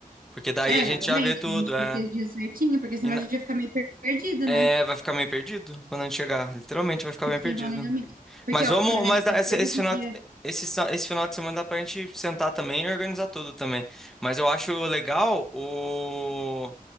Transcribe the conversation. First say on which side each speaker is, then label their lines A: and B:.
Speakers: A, in the centre; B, on the right.
A: Porque daí
B: É,
A: a gente
B: exatamente.
A: já vê tudo,
B: A gente precisa
A: é.
B: de certinho, porque senão
A: E na-
B: a gente ia ficar meio per- perdido,
A: é,
B: né?
A: vai ficar meio perdido quando a gente chegar. Literalmente vai ficar
B: Tipo,
A: bem
B: sem
A: perdido.
B: planejamento. Porque,
A: Mas
B: ó,
A: vamos,
B: por exemplo,
A: mas dá-
B: depois
A: esse, esse
B: desse
A: final,
B: dia.
A: esse, sa- esse final de semana dá pra gente sentar também e organizar tudo também. Mas eu acho legal o